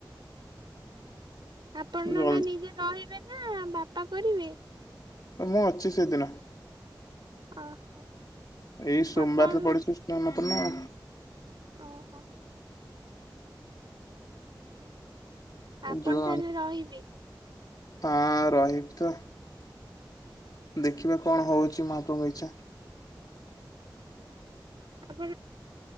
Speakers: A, on the right (about 70°); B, on the left (about 55°).
A: ଆପଣ
B: ଜଲ୍
A: ନା ନିଜେ ରହିବେ ନା ବାପା କରିବେ।
B: ମୁଁ ଅଛି ସେଦିନ।
A: ଓହୋ
B: ଏଇ ସୋମବାର
A: ଆପଣ
B: ତ ପଡିଛି ସ୍ନାନ ପୂର୍ଣ୍ଣିମା।
A: ଓହୋ। ଆପଣ
B: ଯୋଉ
A: ତାହେଲେ ରହିବେ।
B: ହଁ ରହିବି ତ ଦେଖିବା କଣ ହଉଛି ମହାପ୍ରଭଙ୍କ ଇଚ୍ଛା।
A: ଆପ